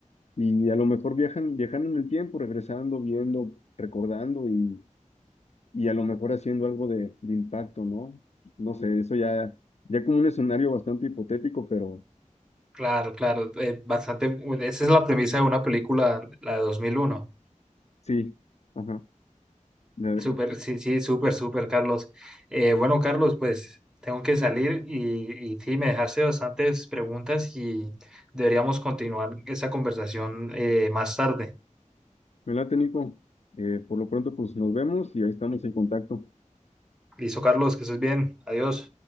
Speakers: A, on the left; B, in the centre.
A: y a lo mejor viajan, viajando en el tiempo, regresando, viendo, recordando y y a lo mejor haciendo algo de, de impacto, ¿no? No sé, eso ya, ya como un escenario bastante hipotético, pero
B: claro, claro, eh, bastante, bueno, esa es la premisa de una película, la de 2001.
A: sí, ajá. Me,
B: Súper, sí, sí, súper, súper, Carlos. Eh, bueno, Carlos, pues tengo que salir y, y sí, me dejaste bastantes preguntas y deberíamos continuar esa conversación eh, más tarde.
A: me late, Nico. Eh, por lo pronto, pues nos vemos y ahí estamos en contacto.
B: Listo, Carlos, que estés bien. Adiós.